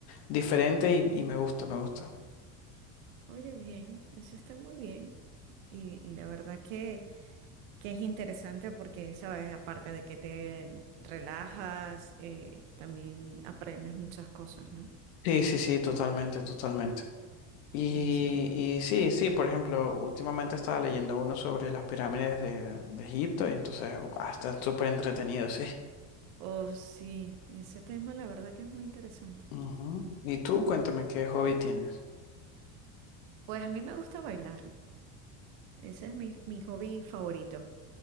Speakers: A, on the left; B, on the right.
A: diferente y, y me gusta, me gusta.
B: Oye, bien, eso está muy bien. Y, y la verdad que, que es interesante porque, sabes, aparte de que te relajas, eh, también aprendes muchas cosas, ¿no?
A: Sí, sí, sí, totalmente, totalmente. Y,
B: Mm, Sí,
A: y sí, sí, por ejemplo, últimamente estaba leyendo uno sobre las pirámides de, de Egipto y entonces ah, está súper entretenido, <laughs> sí.
B: Oh, sí, y ese tema la verdad que es muy interesante.
A: Ujú. Y tú
B: Mm.
A: cuéntame qué hobby tienes.
B: Pues a mí me gusta bailar, ese es mi, mi hobby favorito.